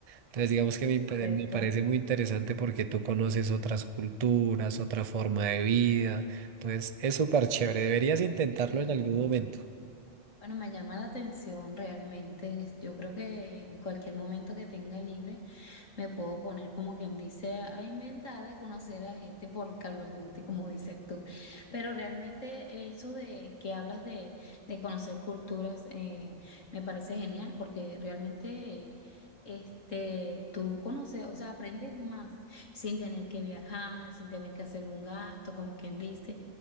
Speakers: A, on the right; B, on the left.
A: Entonces, digamos que me,
B: Perfecto.
A: pare- me parece muy interesante porque tú conoces otras culturas, otra forma de vida. Entonces, es súper chévere. Deberías intentarlo
B: Sí.
A: en algún momento.
B: Bueno, me llama la atención realmente. Yo creo que en cualquier momento que tenga libre me puedo poner como quien dice a a inventar, de conocer a gente por Carlos Duty, como dices tú. Pero realmente eso de que hablas de, de conocer culturas eh, me parece genial porque realmente este, tú conoces, o sea, aprendes más sin tener que viajar, sin tener que hacer un gasto, como quien dice.